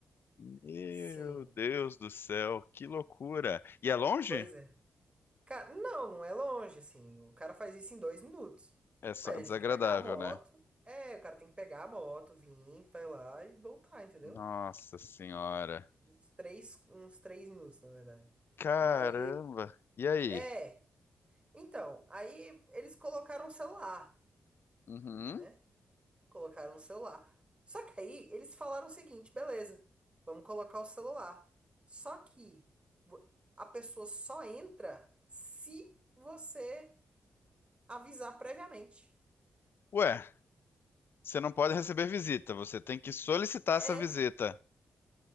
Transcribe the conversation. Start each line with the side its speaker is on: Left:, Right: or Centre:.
Left: Meu
Right: Sim,
Left: Deus do céu, que loucura. E é longe?
Right: pois é. Cara, não, não é longe, assim. O cara faz isso em dois minutos.
Left: É só
Right: Mas
Left: desagradável,
Right: ele tem que pegar a moto.
Left: né?
Right: É, o cara tem que pegar a moto, vir, vai lá e voltar, entendeu?
Left: Nossa senhora.
Right: Uns Três, uns três minutos, na verdade.
Left: Caramba.
Right: Mas,
Left: E aí?
Right: é. Então, aí eles colocaram o celular,
Left: Uhum.
Right: né? Colocaram o celular. Só que aí eles falaram o seguinte: beleza, vamos colocar o celular. Só que vo- a pessoa só entra se você avisar previamente.
Left: Ué, você não pode receber visita, você tem que solicitar
Right: É,
Left: essa visita.